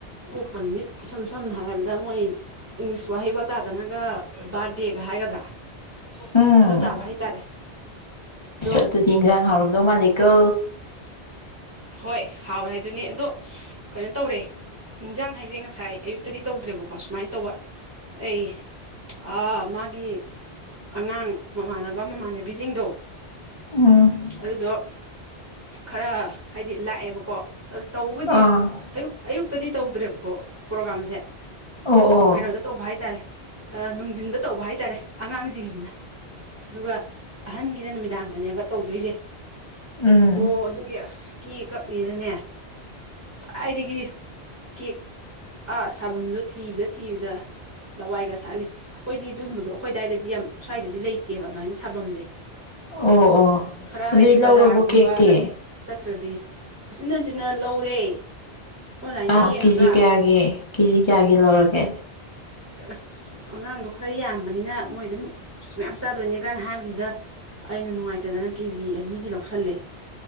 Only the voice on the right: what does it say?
ꯄꯣꯛꯄ ꯅꯨꯃꯤꯠ ꯏꯁꯝ ꯁꯝꯅ ꯍꯥꯏꯔꯕꯗ ꯃꯣꯏ ꯏꯪꯂꯤꯁ ꯋꯥꯍꯩ ꯋꯥꯇꯥꯗꯅꯒ ꯕꯥꯔꯠꯗꯦ ꯒꯥ ꯍꯥꯏꯒꯗ꯭ꯔꯥ
ꯑꯗꯨ ꯇꯥꯕ ꯍꯥꯏꯇꯥꯔꯦ ꯑꯗꯣ
ꯍꯣꯏ ꯍꯥꯎꯔꯦ ꯍꯥꯏꯗꯨꯅꯤ ꯑꯗꯣ ꯀꯩꯅꯣ ꯇꯧꯔꯦ ꯏꯟꯖꯥꯡ ꯍꯥꯏꯁꯦ ꯉꯁꯥꯏ ꯑꯌꯨꯛꯇꯗꯤ ꯇꯧꯗ꯭ꯔꯦꯕꯀꯣ ꯁꯨꯃꯥꯏꯅ ꯇꯧꯕ ꯑꯩ ꯑꯥ ꯃꯥꯒꯤ ꯑꯉꯥꯡ ꯃꯃꯥꯟꯅꯕ ꯃꯃꯥꯟꯅꯕꯤꯁꯤꯡꯗꯣ
ꯑꯗꯨꯗꯣ ꯈꯔ ꯍꯥꯏꯗꯤ ꯂꯥꯛꯑꯦꯕꯀꯣ ꯑꯁ ꯇꯧꯕꯕꯨꯗꯤ
ꯑꯌꯨꯛ ꯑꯌꯨꯛꯇꯗꯤ ꯇꯧꯗ꯭ꯔꯦꯕꯀꯣ ꯄ꯭ꯔꯣꯒꯥꯝꯁꯦ
ꯀꯩꯅꯣꯗ ꯇꯧꯕ ꯍꯥꯏꯇꯥꯔꯦ ꯅꯨꯡꯊꯤꯟꯗ ꯇꯧꯕ ꯍꯥꯏꯇꯥꯔꯦ ꯑꯉꯥꯡꯁꯤꯡꯒꯤꯅ ꯑꯗꯨꯒ ꯑꯍꯟꯒꯤꯅ ꯅꯨꯃꯤꯗꯥꯡꯗꯅꯦꯕ ꯇꯧꯗꯣꯏꯁꯦ
ꯍꯣ ꯑꯗꯨꯒꯤ ꯑꯁ ꯀꯦꯛ ꯀꯛꯅꯦꯅꯅꯦ ꯁꯥꯏꯗꯒꯤ ꯀꯦꯛ ꯑ ꯁꯥꯐꯝꯗꯣ ꯊꯤꯕꯗ ꯊꯤꯕꯗ ꯂꯋꯥꯏꯒ ꯁꯥꯠꯂꯤ ꯑꯩꯈꯣꯏꯗꯤ ꯑꯗꯨꯨꯝꯕꯗꯣ ꯑꯩꯈꯣꯏ ꯑꯗꯨꯋꯥꯏꯗꯗꯤ ꯌꯥꯝ ꯁ꯭ꯋꯥꯏꯗꯗꯤ ꯂꯩꯇꯦꯕ ꯑꯗꯨꯃꯥꯏꯅ ꯁꯥꯐꯝꯁꯦ
ꯈꯔ
ꯍꯥꯏꯗꯤ
ꯕꯖꯥꯔꯒꯨꯝꯕꯗ
ꯆꯠꯇ꯭ꯔꯗꯤ ꯎꯆꯤꯟ ꯅꯥꯆꯤꯟꯅ ꯂꯧꯔꯦ ꯑꯣꯟꯂꯥꯏꯟꯗ
ꯌꯦꯡꯉꯒ
ꯑꯁ ꯑꯉꯥꯡꯗꯣ ꯈꯔ ꯌꯥꯝꯕꯅꯤꯅ ꯃꯣꯏ ꯑꯗꯨꯝ ꯏꯁ ꯃꯌꯥꯝ ꯆꯥꯗꯣꯏꯅꯦ ꯀꯥꯏꯅ ꯍꯥꯏꯕꯗꯨꯗ ꯑꯩꯅ ꯅꯨꯡꯉꯥꯏꯇꯗꯅ ꯀꯦꯖꯤ ꯑꯅꯤꯒꯤ ꯂꯧꯁꯜꯂꯦ